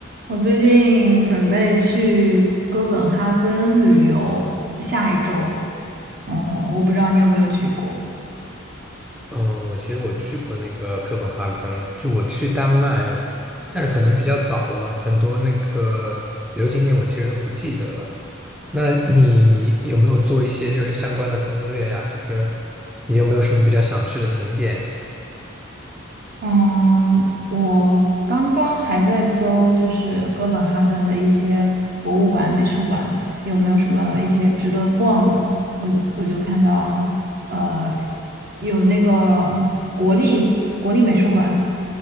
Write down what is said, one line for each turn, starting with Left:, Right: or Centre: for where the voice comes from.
Right: 我最近准备去哥本哈根旅游，下一周。嗯，我不知道你有没有去过。
Centre: 嗯，我其实我去过那个哥本哈根，就我去丹麦，但是可能比较早了，很多那个旅游景点我其实都不记得了。那你有没有做一些就是相关的攻略呀？就是你有没有什么比较想去的景点呀？
Right: 嗯，我刚刚还在搜，就是哥本哈根的一些博物馆、美术馆有没有什么一些值得逛的。我我就看到，呃，有那个国立国立美术馆，